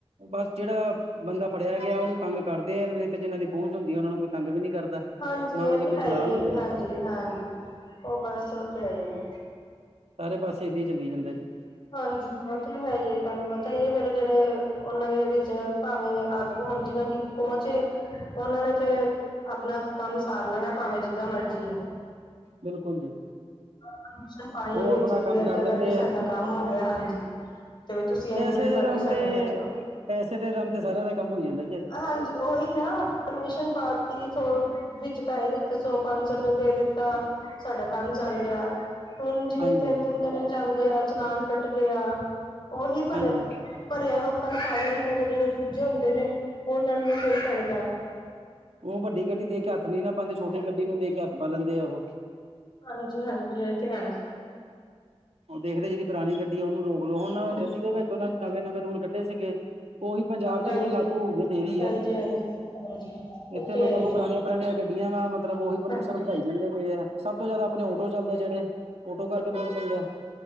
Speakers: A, on the right (about 80°); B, on the left (about 50°).
A: ਬਸ ਜਿਹੜਾ ਬੰਦਾ ਫੜਿਆ ਗਿਆ ਉਹਨੂੰ ਤੰਗ ਕਰਦੇ ਨੇ ਤੇ ਜਿਹਨਾਂ ਦੀ ਪਹੁੰਚ ਹੁੰਦੀ ਹੈ ਉਹਨਾਂ ਨੂੰ ਕੋਈ ਤੰਗ ਵੀ ਨਹੀਂ ਕਰਦਾ।
B: ਹਾਂਜੀ
A: ਨਾ ਉਹਨਾਂ
B: ਇਹ
A: ਦੇ
B: ਤੇ
A: ਕੋਈ
B: ਹੈ
A: ਚਲਾਨ
B: ਹੀ ਹੈ
A: ਹੁੰਦੇ
B: ਹਾਂਜੀ
A: ਆ
B: ਹਾਂਜੀ ਉਹ ਬਸ ਉਹ ਤੇ ਹੈਈ ਆ।
A: ਸਾਰੇ ਪਾਸੇ ਏਦਾਂ ਹੀ ਚੱਲੀ ਜਾਂਦਾ ਜੀ।
B: ਹਾਂਜੀ ਉਹ ਤਾਂ ਹੈ ਹੀ ਤੁਹਾਨੂੰ ਪਤਾ ਹੀ ਹੈ ਫੇਰ ਜਿਹੜੇ ਉਹਨਾਂ ਦੇ ਵਿੱਚ ਭਾਵੇਂ ਆਗੂ ਹੋਣ ਜਿਹਨਾਂ ਦੀ। ਪਹੁੰਚੇ ਉਹਨਾਂ ਨੇ ਤੇ ਆਪਣਾ ਕੰਮ ਸਾਰ ਲੈਣਾ ਭਾਵੇਂ ਜਿੱਦਾਂ ਮਰਜੀ।
A: ਬਿਲਕੁਲ ਜੀ
B: ਪਰਮਿਸ਼ਨ ਪਾਈਏ
A: ਉਹ ਆਪਣਾ
B: ਵਿੱਚ ਬਈ
A: ਕੰਮ
B: ਅੱਦਾਂ
A: ਕਰ ਲੈਂਦੇ
B: ਕਰਕੇ ਸਾਡਾ
A: ਆ
B: ਕੰਮ ਹੋ ਗਿਆ ਹਾਂਜੀ। ਤੇ ਵੀ ਤੁਸੀਂ ਇੰਝ
A: ਪੈਸੇ
B: ਇੰਝ ਕਰਕੇ
A: ਦੇ ਦਮ
B: ਸਾਡਾ
A: ਤੇ
B: ਕਰੋ ਕੰਮ
A: ਪੈਸੇ ਦੇ ਦਮ ਤੇ ਸਾਰਿਆਂ ਦਾ ਕੰਮ ਹੋ ਜਾਂਦਾ ਜੇ
B: ਹਾਂਜੀ ਉਹੀ ਨਾ ਪਰਮਿਸ਼ਨ ਪਾਤੀ ਥੋ ਵਿੱਚ ਪੈਸੇ ਦਿੱਤੇ ਸੌ ਪੰਜ ਸੌ ਰੁਪਏ ਦੇ ਦਿੱਤਾ ਸਾਡਾ ਕੰਮ। ਚਰ ਗਿਆ ਹੁਣ ਜਿਵੇਂ
A: ਹਾਂਜੀ
B: ਤਿੰਨ ਤਿੰਨ ਦਿਨ ਜਾਂਦੇ ਆ ਚਸ਼ਨਾਨ ਕੱਟਦੇ ਆ। ਉਹਹੀ ਪਲਬ
A: ਹਾਂਜੀ
B: ਭਲਿਆ ਲੋਕਾਂ ਨੂੰ ਖ ਲੈਂਦੇ ਨੇ ਜਿਹੜੇ ਦੂਜੇ ਹੁੰਦੇ ਨੇ ਉਹਨਾਂ ਨੂੰ ਪੇਛਣ ਦਾ।
A: ਉਹ ਵੱਡੀ ਗੱਡੀ ਦੇ ਕੇ ਹੱਥ ਨੀ ਨਾ ਪਾਉਂਦੇ ਛੋਟੀ ਗੱਡੀ ਨੂੰ ਦੇ ਕੇ ਹੱਥ ਪਾ ਲੈਂਦੇ ਆ ਉਹ।
B: ਹਾਂਜੀ ਹਾਂਜੀ ਇਹ ਤੇ ਹੈ।
A: ਉਹ ਦੇਖਦੇ ਜਿਹੜੀ ਪੁਰਾਣੀ ਗੱਡੀ ਆ ਉਹਨੂੰ ਰੋਕ ਲਓ ਹੁਣ ਗੱਡੀ ਦੇ ਵਿੱਚ ਉਹਨਾਂ ਨੇ ਨਵੇਂ ਨਵੇਂ ਰੂਲ ਕੱਢੇ ਸੀਗੇ ਉਹੀ ਪੰਜਾਬ ਚ
B: ਹਾਂਜੀ
A: ਰੂਲ ਲਾਗੂ ਹੋਊਗੀ ਫੇਰੀ
B: ਹਾਂਜੀ
A: ਹੈ
B: ਹਾਂਜੀ ਹਾਂਜੀ ਇਹ
A: ਇੱਥੇ
B: ਤੇ
A: ਲੋਕਾਂ
B: ਹੈ ਹੀ
A: ਕੋਲ ਪੁਰਾਣੀਆਂ
B: ਹੈ
A: ਪੁਰਾਣੀਆਂ ਗੱਡੀਆਂ ਵਾ ਮਤਲਬ ਉ ਪਲਿਊਸ਼ਨ
B: ਹਾਂਜੀ
A: ਵਧਾਈ। ਜਾਂਦੇ ਪਏ ਹੈ ਸਭ ਤੋਂ ਜਿਆਦਾ ਆਪਣੇ ਟੋ ਚੱਲਦੇ ਜਿਹੜੇ ਟੋ ਕਰਕੇ ਬਹੁਤ ਪੈਂਦੇ ਆ।